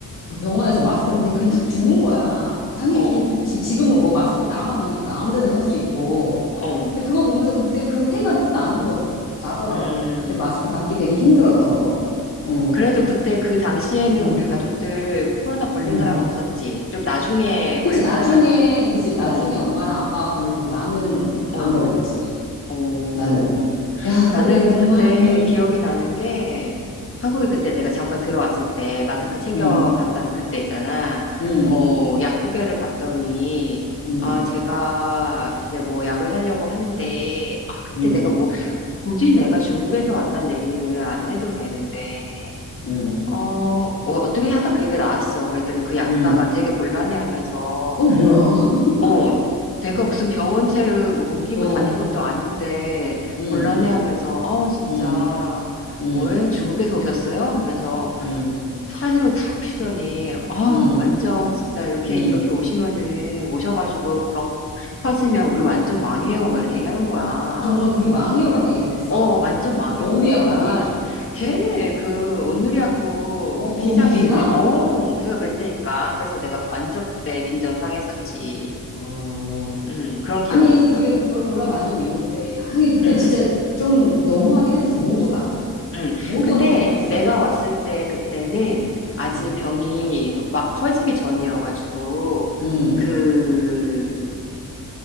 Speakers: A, on the left; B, on the left.
A: 그 병원에서 마스크를 그냥 그냥 턱 주는 거야. 당연히
B: 어,
A: 그냥 좋지. 지금은 뭐 마스크 남아도니까 아무 데나 살 수 있고.
B: 어,
A: 근데 그거 보면서 그때 그 생각이 또 나는 거, 나더라고.
B: 음.
A: 그때 마스크 받기 되게 힘들었던 거. 응,
B: 그래도 그때 그 당시에는
A: 응,
B: 우리 가족들 코로나 걸린
A: 응.
B: 사람 은 없었지. 좀 나중에 걸렸잖아.
A: 그치, 나중에, 그치, 나중에
B: 어,
A: 엄마랑 아빠가 걸리고 나는
B: 어,
A: 안 걸렸지.
B: 어.
A: 나는. 야,
B: 나는
A: 그때 정말,
B: 그때
A: 응,
B: 기억이 나는 게 한국에 그때 내가 잠깐 들어왔을 때 마스크 챙겨갔다는
A: 응,
B: 그때 있잖아.
A: 응,
B: 어, 약국에를 갔더니
A: 응,
B: 아, 제가 이제 뭐 약을 사려고 하는데 아, 그때
A: 응,
B: 내가 뭐 굳이 내가 중국에서 왔다는 얘기를 안 해도 되는데
A: 응,
B: 어, 어, 어떻게 하다 그 얘기가 나왔어. 그랬더니 그 약사가
A: 응.
B: 되게 곤란해하면서,
A: 어, 뭐야. <laughs>
B: 어, 내가 무슨 병원체를 뭐 옮기고
A: 어,
B: 다닌 것도 아닌데
A: 응,
B: 곤란해하면서, 아우 진짜
A: 응, 응,
B: 뭐예요? 중국에서 오셨어요? 하면서
A: 응,
B: 한숨을 푹 쉬더니, 아,
A: 응,
B: 완전 진짜 이렇게
A: 응.
B: 이렇게 오시면은 오셔가지고 병 퍼지면 우리 완전 망해요. 막 이렇게 얘기하는 거야.
A: 정말 그렇게 망해요라고 얘기를 했어?
B: 어, 완전 망이야,
A: 어느
B: 그러는
A: 약국이야?
B: 거야. 걔, 그, 온누리학교
A: 어, 거기
B: 시장에
A: 걔가?
B: 있는데, 어, 걔가 그랬다니까. 그래서 내가 완전 그때 빈정 상했었지.
A: 어.
B: 음, 그런 기억이
A: 아니,
B: 있어.
A: 네가 거- 돌아다니고 있는데. 하긴, 그때
B: 음,
A: 진짜 좀 너무하긴 했었어. 모두가.
B: 음.
A: 모두가
B: 근데
A: 진짜 너무했어.
B: 내가
A: 어,
B: 왔을 때 그때는 아직
A: 응,
B: 병이 막 퍼지기 전이어가지고,
A: 응,
B: 그,